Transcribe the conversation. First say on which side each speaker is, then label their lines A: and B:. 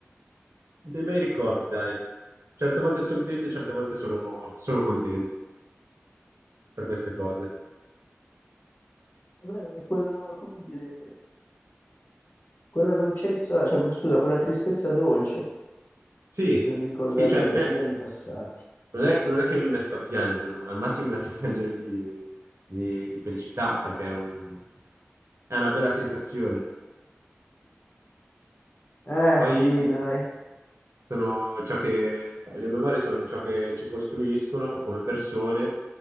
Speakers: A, on the right; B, on the left.
A: dei bei ricordi, dai. Certe volte sono triste, certe volte sono, sono contento per queste cose.
B: Vabbè, ma è quella, come dire, quella dolcezza, cioè scusa, quella tristezza dolce
A: Sì,
B: del ricordare
A: sì, cioè, non è-
B: gli anni passati.
A: Non è, non è che mi metto a piangere, ma al massimo mi metto a piangere di, di- di felicità perché è un- è una bella sensazione.
B: Eh
A: Poi
B: sì, dai,
A: sono ciò che, le memorie sono ciò che ci costruiscono come persone